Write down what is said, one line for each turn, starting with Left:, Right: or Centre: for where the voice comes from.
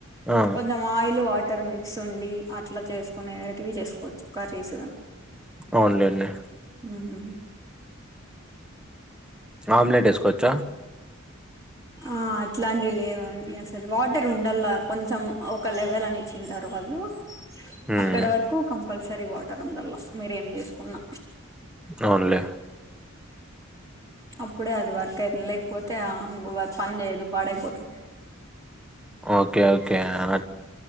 Centre: ఆ
Right: కొంచెం ఆయిల్, వాటర్ మిక్స్ ఉండి అట్లా చేసుకునేటివి చేసుకోవచ్చు కర్రీస్ గాని
Centre: అవునులేండి
Right: ఉహు
Centre: ఆమ్లెట్ వేసుకోవచ్చా?
Right: ఆ అట్లాంటి లేవండి అసలు వాటర్ ఉండలా కొంచెం ఒక లెవెల్ అని చ్చింటారు వాళ్ళు
Centre: మ్మ్
Right: అక్కడ వర కు కంపల్సరీ వాటర్ ఉండలా మీరేం చేసుకున్నా
Centre: అవునులే
Right: అప్పుడే అది వర్క్ అయింది లేకపోతే అ వర్క్ పని చేయదు పాడైపోతుంది.
Centre: ఓకే ఓకే అన్